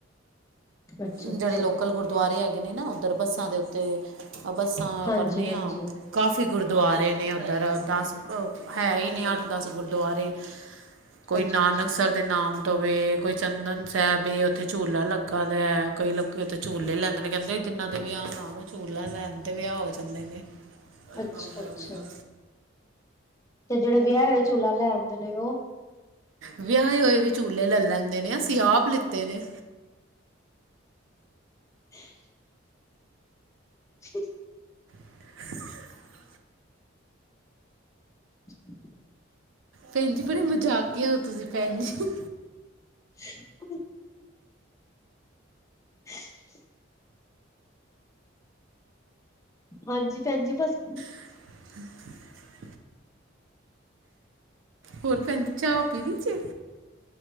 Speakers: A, on the left; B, on the right.
A: ਅੱਛਾ-ਅੱਛਾ,
B: ਜਿਹੜੇ ਲੋਕਲ ਗੁਰਦੁਆਰੇ ਹੈਗੇ ਨੇ ਨਾ ਓਧਰ, ਬੱਸਾਂ ਦੇ ਉੱਤੇ ਆ ਬੱਸਾਂ
A: ਹਾਂਜੀ-ਹਾਂਜੀ,
B: ਕਰਨੇ ਆ। ਕਾਫੀ ਗੁਰਦੁਆਰੇ ਨੇ ਓਧਰ, ਦਸ ਹੈ ਹੀ ਨੇ ਅੱਠ ਦਸ ਗੁਰਦੁਆਰੇ। ਕੋਈ
A: ਅੱਛਾ-ਅੱਛਾ,
B: ਨਾਨਕਸਰ ਦੇ ਨਾਮ ਤੋ ਵੇ, ਕੋਈ ਚੰਦਨ ਸਾਹਿਬ ਏ, ਉੱਥੇ ਝੂਲਾ ਲੱਗਾ ਦਾ ਏ, ਕਈ ਲੋਕੀ ਓਥੇ ਝੂਲੇ ਲੈਂਦੇ ਨੇ, ਕਹਿੰਦੇ ਜਿੰਨਾਂ ਦੇ ਵਿਆਹ ਨਾ ਹੋਣ ਝੂਲਾ ਲੈਨ ਤੇ ਵਿਆਹ ਹੋ ਜਾਂਦੇ ਨੇ। ਅੜੇ
A: ਅੱਛਾ-ਅੱਛਾ,
B: ਕੰਮ ਕਰ ਦਿੰਦਾ।
A: ਤੇ ਜਿਹੜੇ ਵਿਆਹੇ ਹੋਏ ਝੂਲਾ ਲੈ ਆਂਦੇ ਨੇ ਉਹ
B: ਵਿਆਹ ਹੋਏ ਵੀ ਝੂਲੇ ਲੈ ਲੈਂਦੇ ਨੇ, ਅਸੀਂ ਆਪ ਲਿੱਤੇ ਨੇ।
A: <unintelligible> ਠੀ
B: <unintelligible>
A: <unintelligible>
B: ਭੈਣ ਜੀ, ਬੜੇ ਮਜਾਕੀਆ ਹੋ ਤੁਸੀਂ ਭੈਣ ਜੀ।
A: <inaudible> <inaudible> ਹਾਂਜੀ, ਭੈਣ ਜੀ ਬਸ
B: <inaudible> ਹੋਰ ਭੈਣ ਜੀ, ਚਾਹ ਪੀਲੀ ਜੀ।